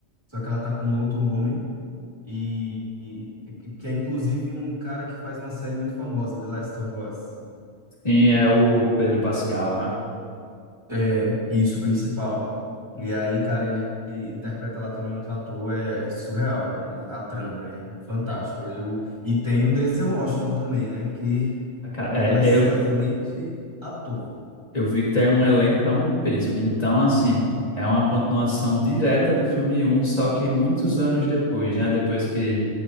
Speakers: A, on the right; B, on the left.
A: Só que ela tá com outro homem. E, e- que é inclusive um cara que faz uma série muito famosa, The Last of Us.
B: Sim, é o Pedro Pascal, né?
A: É, isso, o principal. E aí, cara, ele interpreta lá também outro ator, é, é surreal, e a, a trama é fantástica. Eu, e tem o Denzel Washington também, né, que
B: Ah, cara,
A: é um
B: é,
A: excelente
B: eu,
A: ator.
B: eu vi que tem um elencão de peso. Então, assim, é uma continuação direta do filme um, só que muitos anos depois, né? Depois que